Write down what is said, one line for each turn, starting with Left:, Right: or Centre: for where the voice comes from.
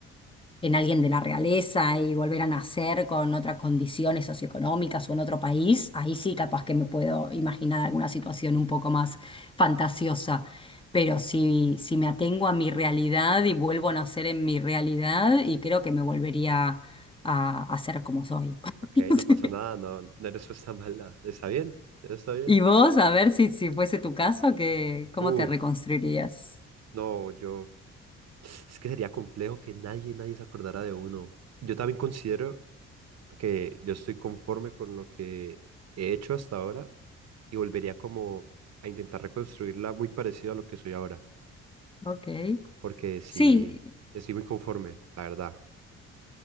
Left: en alguien de la realeza y volver a nacer con otras condiciones socioeconómicas o en otro país, ahí sí capaz que me puedo imaginar alguna situación un poco más fantasiosa. Pero si, si me atengo a mi realidad y vuelvo a nacer en mi realidad, y creo que me volvería a, a ser como soy.
Right: Ok,
Left: <laughs> No
Right: no
Left: sé.
Right: pasa nada, no, no eres pues tan mala. Está bien, está bien.
Left: Y vos, a ver si, si fuese tu caso, que, ¿cómo
Right: Uf,
Left: te reconstruirías?
Right: no, yo... Es que sería complejo que nadie, nadie se acordara de uno. Yo también considero que yo estoy conforme con lo que he hecho hasta ahora y volvería como a intentar reconstruirla muy parecida a lo que soy ahora,
Left: Ok.
Right: porque sí,
Left: Sí,
Right: estoy muy conforme, la verdad.